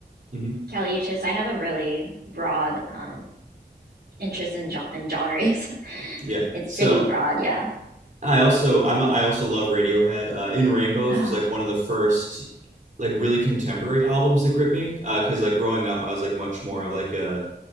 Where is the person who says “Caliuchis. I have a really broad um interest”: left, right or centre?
Right